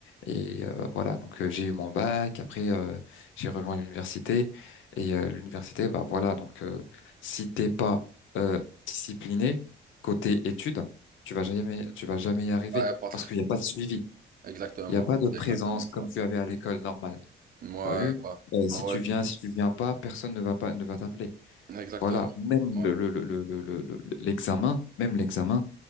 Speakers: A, on the left (about 75°); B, on the right (about 45°).
A: et euh, voilà. Donc euh, j'ai eu mon bac. Après euh, j'ai rejoint l'université. Et euh, l'université, bah voilà. Donc euh, si t'es pas euh, discipliné côté études, tu vas jamais, tu vas jamais y arriver
B: Ouais, parce
A: parce
B: que.
A: qu'il n'y a pas de suivi,
B: Exactement.
A: il n'y a pas de
B: C'est
A: présence
B: exactement
A: comme
B: ça.
A: tu avais à l'école normale.
B: Ouais,
A: T'as vu?
B: bah,
A: Euh,
B: bah
A: si tu
B: ouais.
A: viens, si tu viens pas, personne ne va pas, ne va t'appeler.
B: Exactement.
A: Voilà, même
B: Ouais.
A: le, le, le, le, le, le- le- l'examen, même l'examen,